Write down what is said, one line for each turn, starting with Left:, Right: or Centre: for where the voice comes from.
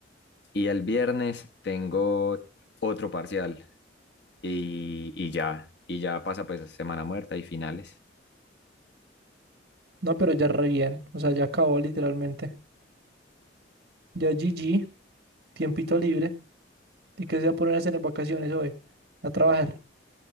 Left: Y el viernes tengo otro parcial y, y ya, y ya pasa pues semana muerta y finales.
Right: No, pero ya re bien. O sea, ya acabó literalmente. Ya GG, tiempito libre. ¿Y qué se va a poner a hacer en vacaciones hoy? A trabajar.